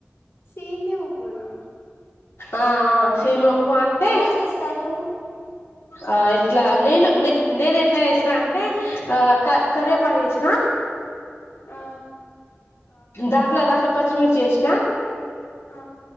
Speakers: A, on the left (about 85°); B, on the left (about 65°).
A: సేమ్య ఉప్మానా
B: ఆ
A: ఓహో
B: సామ్య ఉప్మా అంటే
A: ఎలా చేస్తారు
B: ఆ ఎట్లా నేను న నేను ఎట్లా చేసినా అంటే ఆ కరువే పాకు
A: ఉమ్.
B: వేసిన
A: ఆ
B: దాంట్లో రండు పచ్చిమిర్చి చేసినా
A: ఆ